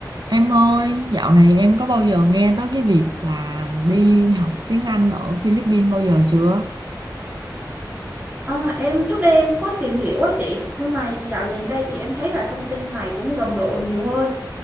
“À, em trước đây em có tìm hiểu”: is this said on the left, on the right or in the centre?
Right